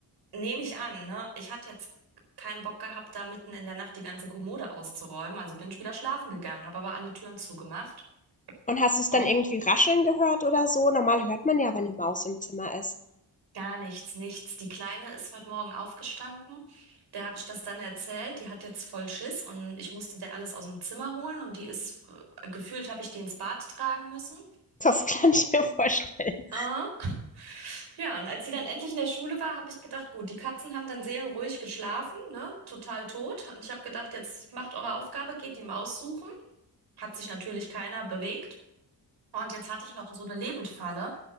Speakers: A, on the right; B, on the left.
A: nehme ich an, ne? Ich hatte jetzt keinen Bock gehabt, da mitten in der Nacht die ganze Kommode auszuräumen. Also bin ich wieder schlafen gegangen, habe aber alle Türen zugemacht.
B: Und hast du es dann
A: Oh,
B: irgendwie rascheln gehört oder so? Normal hört man ja, wenn eine Maus im Zimmer ist.
A: Gar nichts, nichts. Die Kleine ist heute Morgen aufgestanden. Der habe ich das dann erzählt. Die hat jetzt voll Schiss und ich musste der alles aus dem Zimmer holen und die ist, äh, gefühlt habe ich die ins Bad tragen müssen.
B: Das kann ich mir vorstellen.
A: Ah, ja, und als sie dann endlich in der Schule war, habe ich gedacht, gut, die Katzen haben dann seelenruhig geschlafen, ne, total tot. Und ich habe gedacht, jetzt macht eure Aufgabe, geht die Maus suchen. Hat sich natürlich keiner bewegt. Und jetzt hatte ich noch so eine Lebendfalle.